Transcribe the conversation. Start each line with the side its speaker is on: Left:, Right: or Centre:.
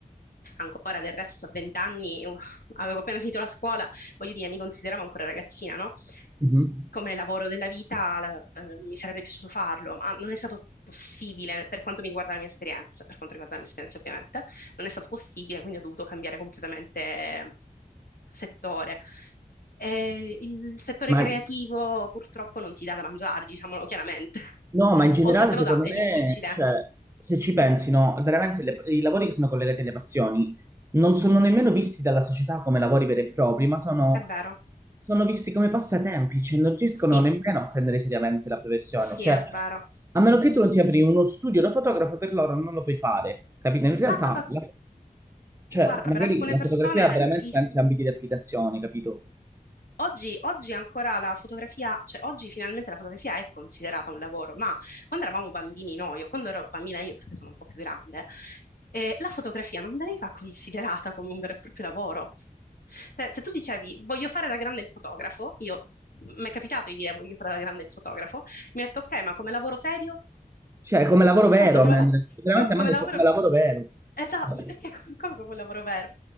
Left: ancora del resto a 20 anni, uh, avevo appena finito la scuola, voglio dire, mi consideravo ancora ragazzina, no?
Right: Mhm.
Left: Come lavoro della vita, la- eh, mi sarebbe piaciuto farlo, ma non è stato possibile per quanto mi riguarda la mia esperienza, per quanto riguarda la mia esperienza ovviamente, non è stato possibile, quindi ho dovuto cambiare completamente settore. E il settore
Right: Ma,
Left: creativo purtroppo non ti dà da mangiare, diciamolo chiaramente.
Right: no,
Left: <laughs>
Right: ma in generale,
Left: O se te
Right: secondo
Left: lo dà è
Right: me,
Left: difficile,
Right: cioè, se ci pensi, no, veramente le- i lavori che sono collegati alle passioni non sono nemmeno visti dalla società come lavori veri e propri, ma sono,
Left: è vero.
Right: sono visti come passatempi, cioè non riescono
Left: Sì,
Right: nemmeno a prendere seriamente la professione.
Left: sì,
Right: Cioè,
Left: è vero.
Right: a meno che tu non ti apri uno studio da fotografo, per loro non lo puoi fare, capito? In realtà,
Left: Ah, ma
Right: la- cioè,
Left: guarda,
Right: magari
Left: per alcune
Right: la
Left: persone
Right: fotografia ha veramente
Left: il-
Right: tanti ambiti di applicazione, capito?
Left: oggi, oggi ancora la fotografia, cioè oggi finalmente la fotografia è considerata un lavoro, ma quando eravamo bambini noi, o quando ero bambina io, perché sono un po' più grande, eh, la fotografia non veniva considerata come un vero e proprio lavoro. Se, se tu dicevi voglio fare da grande il fotografo, io mi è capitato di dire voglio fare da grande il fotografo, mi ha detto ok, ma come lavoro serio?
Right: Cioè, come lavoro
Left: In che
Right: vero,
Left: senso
Right: a
Left: come,
Right: me-
Left: la-
Right: veramente
Left: co-
Right: a
Left: come
Right: me hanno
Left: lavoro?
Right: detto come lavoro vero.
Left: Esatto,
Right: Cioè,
Left: <laughs> ma perché come, come capolavoro vero?